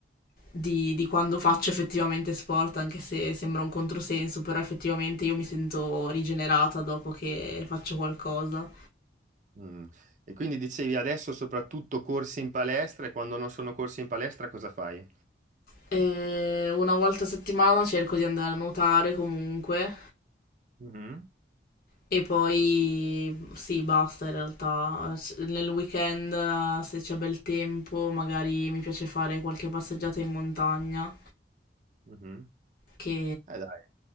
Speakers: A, on the left; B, on the right.
A: di- di quando faccio effettivamente sport, anche se sembra un controsenso, però effettivamente io mi sento rigenerata dopo che faccio qualcosa.
B: Mm. E quindi dicevi adesso soprattutto corsi in palestra e quando non sono corsi in palestra cosa fai?
A: E una volta a settimana cerco di andare a nuotare comunque,
B: Mhm,
A: E poi sì, basta in realtà. S- Nel weekend, eh, se c'è bel tempo, magari mi piace fare qualche passeggiata in montagna.
B: mhm.
A: Che
B: Eh dai.